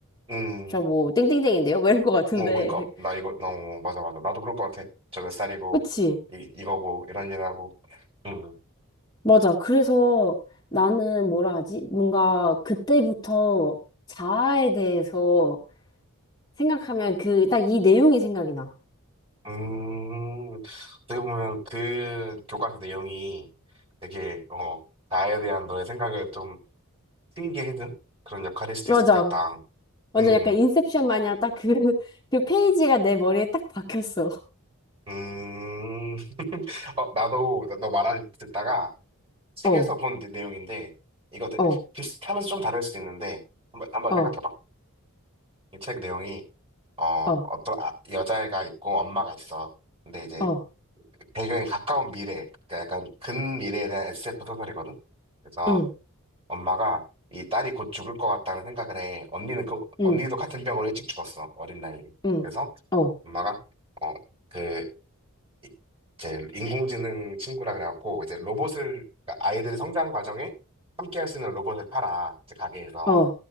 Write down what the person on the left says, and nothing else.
저 뭐 땡땡땡인데요? 뭐 이럴 것 같은데.
<laughs>
그치?
맞아. 그래서 나는 뭐라 하지? 뭔가 그때부터 자아에 대해서 생각하면 그, 딱 이 내용이 생각이 나.
맞아.
완전
약간 인셉션 마냥 딱 그, <laughs> 그 페이지가 내 머리에 딱 박혔어.
어,
어,
어,
어,
어,
응,
응,
응,
어,
어,